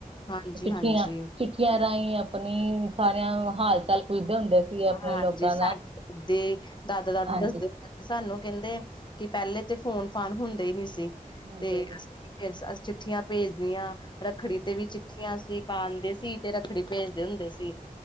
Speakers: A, on the left; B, on the right.
A: ਹਾਂਜੀ
B: ਚਿੱਠੀਆਂ
A: ਹਾਂਜੀ ਹਾਂ
B: ਚਿੱਠੀਆਂ ਰਾਹੀਂ ਆਪਣੀ ਸਾਰਿਆਂ ਹਾਲ ਚਾਲ ਪੁੱਜਦੇ ਹੁੰਦੇ ਸੀ ਆਪਣੇ
A: ਹਾਂਜੀ
B: ਲੋਕਾਂ
A: ਸਾਡੇ
B: ਦਾ
A: ਦੇ ਦਾਦਾ ਦਾਦਾ
B: ਹਾਂਜੀ
A: ਦੱਸਦੇ ਸਾਨੂੰ ਕਹਿੰਦੇ ਕਿ ਪਹਿਲੇ ਤੇ ਫੋਨ ਫਾਨ ਹੁੰਦੇ ਹੀ ਨੀ ਸੀ
B: ਹੁੰਦੇ
A: ਤੇ
B: ਨੇ
A: ਫਿਰ ਅ ਚਿੱਠੀਆਂ ਭੇਜਦੀਆਂ ਰੱਖੜੀ ਤੇ ਵੀ ਚਿੱਠੀਆਂ ਸੀ ਪਾਉਂਦੇ ਸੀ ਤੇ ਰੱਖੜੀ ਭੇਜਦੇ ਹੁੰਦੇ ਸੀ